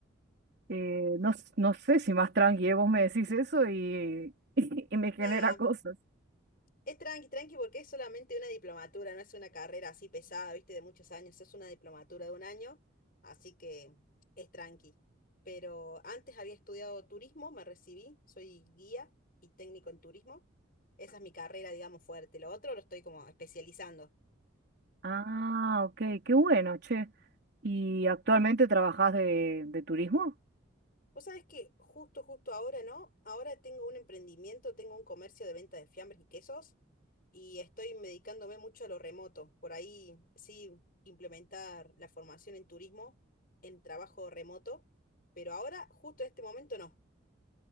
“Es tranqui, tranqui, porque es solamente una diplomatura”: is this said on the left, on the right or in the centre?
Left